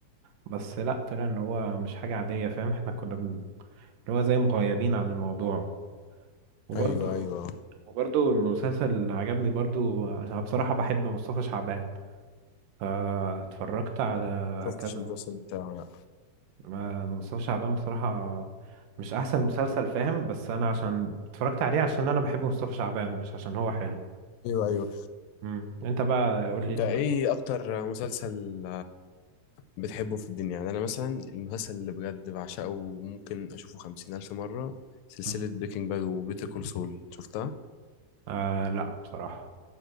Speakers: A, on the right (about 70°); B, on the left (about 80°).
A: بس لا طلع ان هو مش حاجة عادية فاهم احنا كنا بن... اللي هو زي مغيبين عن الموضوع وبرضو
B: ايوه ايوه
A: وبرضو المسلسل اللي عجبني برضو أنا بصراحة بحب مصطفى شعبان فاتفرجت على
B: شفتش
A: كذا
B: المسلسل بتاعه لا.
A: ما- مصطفى شعبان بصراحة مش أحسن مسلسل فاهم بس أنا عشان اتفرجت عليه عشان أنا بحب مصطفى شعبان مش عشان هو حلو
B: ايوه ايوه
A: مم. أنت بقى قول لي
B: انت
A: اتفرجت
B: ايه اكتر مسلسل بتحبه في الدنيا يعني أنا مثلا المسلسل اللي بجد بعشقه وممكن أشوفه خمسين ألف مرة سلسلة
A: مم.
B: بريكنج باد وبيتر كول سول شفتها؟
A: آه لا بصراحة